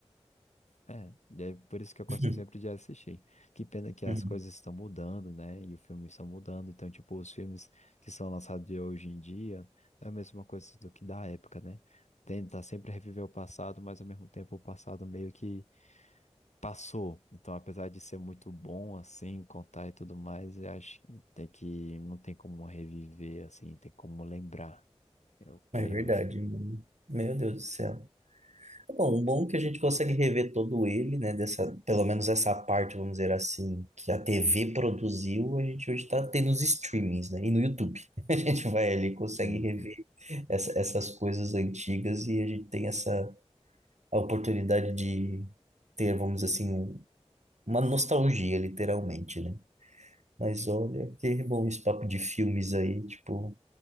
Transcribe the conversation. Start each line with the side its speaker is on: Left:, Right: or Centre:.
Left: É, e é por isso que eu gosto
Right: <laughs> Uhum.
Left: sempre de assistir. Que pena que
Right: uhum.
Left: as coisas estão mudando, né? E os filmes estão mudando. Então, tipo, os filmes que são lançados de hoje em dia é a mesma coisa do que da época, né? Tenta sempre reviver o passado, mas ao mesmo tempo o passado meio que passou. Então, apesar de ser muito bom, assim, contar e tudo mais, eu acho que tem que, não tem como reviver, assim, tem como lembrar, eu creio
Right: É verdade,
Left: eu.
Right: mano. Meu Deus do céu. Bom, o bom é que a gente consegue rever todo ele, né? Dessa, pelo menos essa parte, vamos dizer assim, que a TV produziu, a gente hoje está tendo os streamings, né? E no YouTube. <laughs> A gente vai ali e consegue
Left: Uhum,
Right: rever essa- essas coisas antigas e a gente tem essa a oportunidade de ter, vamos dizer assim, um- uma nostalgia, literalmente, né? Mas olha, que bom esse papo de filmes aí, tipo,